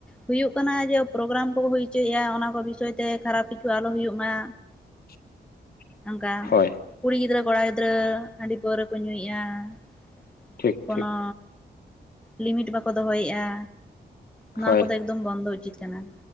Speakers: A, in the centre; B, on the left (about 60°).
A: ᱦᱩᱭᱩᱜ ᱠᱟᱱᱟ ᱡᱮ ᱯᱨᱳᱜᱨᱟᱢ ᱠᱚ ᱦᱩᱭ ᱦᱚᱪᱚᱭᱮᱫᱼᱟ ᱚᱱᱟ ᱠᱚ ᱵᱤᱥᱚᱭ ᱛᱮ ᱠᱷᱟᱨᱟᱯ ᱠᱤᱪᱷᱩ ᱟᱞᱚ ᱦᱩᱭᱩᱜ ᱢᱟ᱾
B: <inaudible>
A: ᱚᱱᱠᱟ
B: ᱦᱳᱭ
A: ᱠᱩᱲᱤ ᱜᱤᱫᱽᱨᱟᱹ ᱠᱚᱲᱟ ᱜᱤᱫᱽᱨᱟᱹ ᱦᱟᱺᱰᱤ ᱯᱟᱹᱣᱨᱟᱹ ᱠᱚ ᱧᱩᱭᱮᱜᱼᱟ ᱾
B: ᱴᱷᱤᱠ
A: ᱠᱚᱱᱳ
B: ᱴᱷᱤᱠ
A: ᱞᱤᱢᱤᱴ ᱵᱟᱠᱚ ᱫᱚᱦᱚᱭᱮᱼᱟ ᱱᱚᱣᱟ
B: ᱦᱳᱭ
A: ᱠᱚᱫᱚ ᱮᱠᱫᱚᱢ ᱵᱚᱱᱫᱚ ᱩᱪᱤᱛ ᱠᱟᱱᱟ ᱾